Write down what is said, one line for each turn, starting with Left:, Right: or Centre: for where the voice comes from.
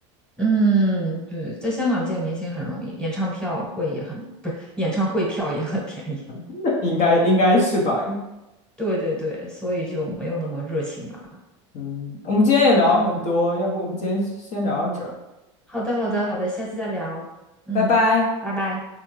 Centre: 嗯，对，在香港见明星很容易，演唱票会也很，不是，演唱会票也很便宜。
Left: <laughs> 应该应该是吧？
Centre: <laughs> 对对对，所以就没有那么热情吧。
Left: 嗯，我们今天也聊了很多，要不我们今天先聊到这儿
Centre: 好的，好的，好的，下次再聊。嗯，
Left: 拜拜。
Centre: 拜拜。